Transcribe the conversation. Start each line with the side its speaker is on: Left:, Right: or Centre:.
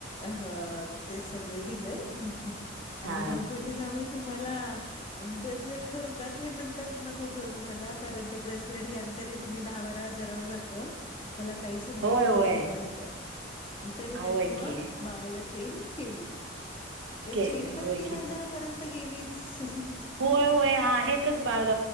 Left: ह ते सगळं दिलंय,
Right: हा
Left: आणि हो बोले जाबाई तुम्हाला ब्रेसलेट करू का, ते म्हणतात नको करू मला, कारण ते ब्रेसलेट घ्या तरी तुम्ही दहा बारा हजारावर जात. मला काहीच नको
Right: होय
Left: म्हणले,
Right: होय
Left: दिवाच द्या तरी
Right: होय
Left: त्यांनी मग
Right: की
Left: बाळाला चैन केली, ते
Right: केलं
Left: चैन पण
Right: होय
Left: तीन हजारपर्यंत पर्यंत गेलीच.
Right: होय-होय आहेतच बाग,